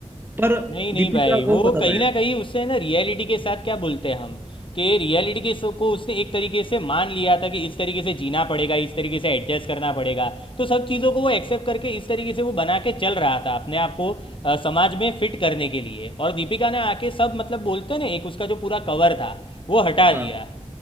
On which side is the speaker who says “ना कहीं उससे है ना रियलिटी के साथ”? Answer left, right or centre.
Left